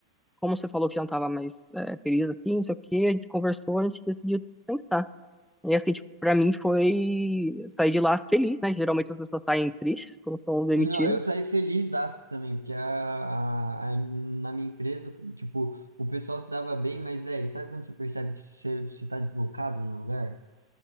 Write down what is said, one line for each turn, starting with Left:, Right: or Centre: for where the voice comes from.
Centre: como você falou que já não estava mais é, feliz aqui, não sei o quê, a gente conversou, a gente decidiu tentar. E assim, tipo, pra mim foi sair de lá feliz, né? Geralmente as pessoas saem tristes quando são demitidas.
Right: Não, eu saí feliz aço também, porque a, a- a- na minha empresa, tipo, o pessoal se dava bem, mas, velho, sabe quando você percebe que você, você tá deslocado no lugar?